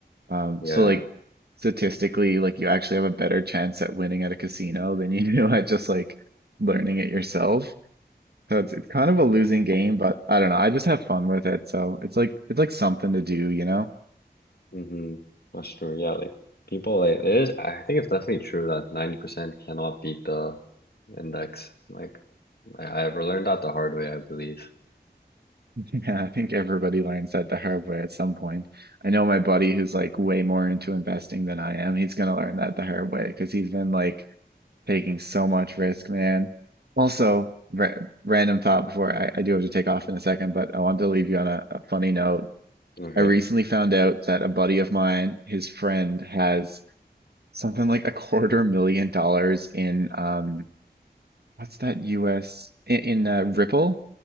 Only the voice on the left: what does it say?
Yeah.
Mm-hmm. That's true. Yeah, like people like it is I think it's definitely true that 90% cannot beat the index. Like I, I've learned that the hard way, I believe.
Okay.